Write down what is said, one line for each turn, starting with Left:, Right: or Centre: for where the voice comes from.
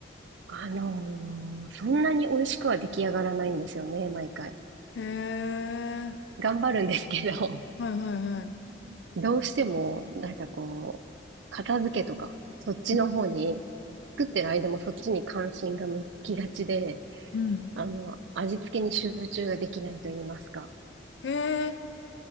Right: あのーそんなに美味しくは出来上がらないんですよね、毎回。
Left: へえ。
Right: 頑張るんですけど、
Left: はいはいはい。
Right: <laughs> どうしても、なんかこう、片付けとか、そっちの方に、
Left: うん。
Right: 作ってる間もそっちに関心が向きがちで、
Left: うん
Right: あの、味付けに集中ができないと言いますか、
Left: へえ。